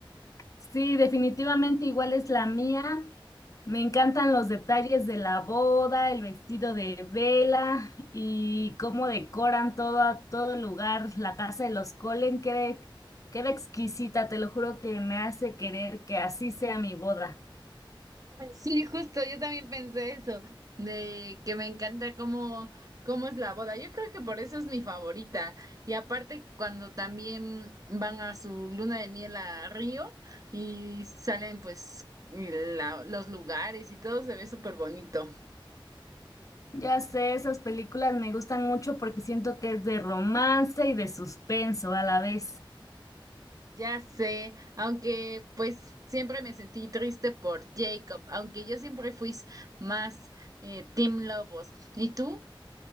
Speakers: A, on the left; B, on the right.
A: Sí, definitivamente igual es la mía. Me encantan los detalles de la boda, el vestido de vela y cómo decoran todo, todo el lugar. La casa de los Colen queda, queda exquisita, te lo juro que me hace querer que así sea mi boda.
B: Sí, justo, yo también pensé eso, de que me encanta cómo, cómo es la boda. Yo creo que por eso es mi favorita. Y aparte, cuando también van a su luna de miel a Río y salen pues la- los lugares y todo se ve súper bonito.
A: Ya sé, esas películas me gustan mucho porque siento que es de romance y de suspenso a la vez.
B: Ya sé, aunque pues siempre me sentí triste por Jacob, aunque yo siempre fui más eh, Team Lobos. ¿Y tú?